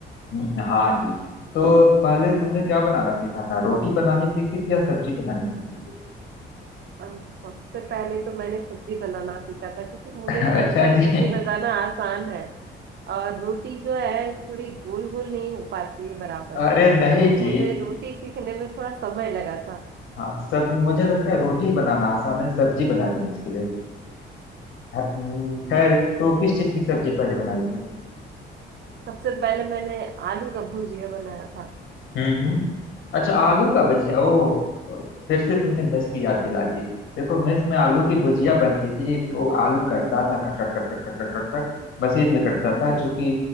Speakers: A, on the left (about 75°); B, on the right (about 60°).
A: हम्म, हाँ जी तो पहले तुमने क्या बनाना सीखा था रोटी बनानी सीखी थी या सब्जी बनानी सीखी थी
B: अब सबसे पहले तो मैंने सब्जी बनाना सीखा था क्योंकि मुझे
A: <laughs>
B: तो
A: अच्छा
B: लगता है
A: जी
B: सब्जी बनाना आसान है और रोटी जो है थोड़ी गोल गोल नहीं हो पाती है बराबर
A: अरे नहीं
B: तो
A: जी
B: मुझे रोटी सीखने में थोड़ा समय लगा था
A: हाँ सब मुझे लगता है रोटी बनाना आसान है सब्जी बनानी मुश्किल है ह- हम्म, खैर तो किस चीज की सब्जी पहले बनाई थी
B: सबसे पहले मैंने आलू का भुजिया बनाया था
A: हम्म हम्म। अच्छा आलू का भुजिया ओ ओ, फिर से तुमने मेस की याद दिला दी देखो मेस में आलू की भुजिया बनती थी एक वो आलू कटता था खट खट खट खट खट खट खट खट मशीन में कटता था चूंकि